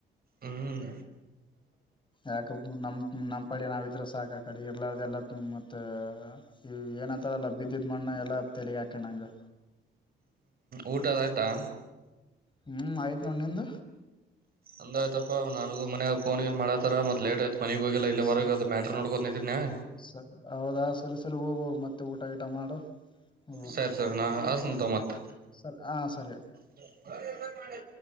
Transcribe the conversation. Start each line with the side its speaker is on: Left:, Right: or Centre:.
Right: ಹ್ಮ್
Left: ಯಾಕ ನಮ ನಮ್ಮ್ ಪಡಿ ನಾವಿದ್ರ ಸಾಕಾಕಡಿ ಇರ್ಲಾರ್ದ ಎಲ್ಲಾ. ಮತ್ತ ಈ ಏನಂತಾರಲ್ಲ ಬಿದ್ದಿದ ಮಣ್ಣ ಎಲ್ಲಾ ತೆಲಿಗ ಹಾಕ ನಂಗ
Right: ಊಟದ ಆಯ್ತಾ.
Left: ಹ್ಮ್ ಆಯ್ತ್ ನೋಡ್ ನಿಂದು.
Right: ಒಂದ ಆಯ್ತಾ ನನ್ಗೂ ಮನ್ಯಾಗ ೋನ್ ಏನ್ ಮಾಡತಾರ ಮತ್ ಲೇಟ್ ಆಯ್ತ. ಮನೆಗ್ ಹೋಗಿಲ್ಲ ಇಲ್ಲ ಹೊರಗೆ
Left: ಸರಿ
Right: ಅದು ಮ್ಯಾಟರ್ ನೋಡ್ಕೊತತನೆಯ.
Left: ಸರಿ ಹೌದಾ ಸರಿ ಸರಿ ಹೋಗೋಗ ಮತ್ತೆ ಊಟ ಗಿಟ ಮಾಡು. ಹೋ
Right: ಸೆರ್ ಸರ ನಾ ಅಸಂತೊಮತ.
Left: ಸರಿ ಹಾ ಸರಿ
Right: <unintelligible>